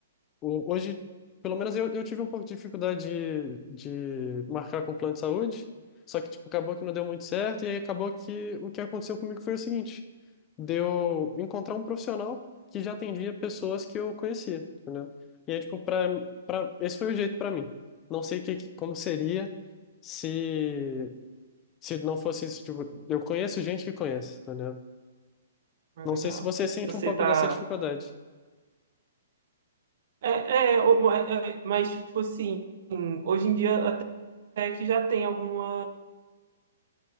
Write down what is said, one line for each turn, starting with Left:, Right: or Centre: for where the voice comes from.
Left: o- hoje, pelo menos eu, eu tive um pouco de dificuldade de, de marcar com o plano de saúde, só que, tipo, acabou que não deu muito certo, e aí acabou que o que aconteceu comigo foi o seguinte, deu encontrar um profissional que já atendia pessoas que eu conhecia, entendeu? E aí, tipo, pra, pra, esse foi o jeito para mim. Não sei que, que- como seria se, se não fosse isso, tipo, eu conheço gente que conhece, entendeu?
Right: Ah,
Left: Não
Right: legal.
Left: sei se você sente
Right: E Você
Left: um pouco
Right: tá.
Left: dessa dificuldade,
Right: É, é, o- é, é, mas, tipo assim, hoje em dia até que já tem algumas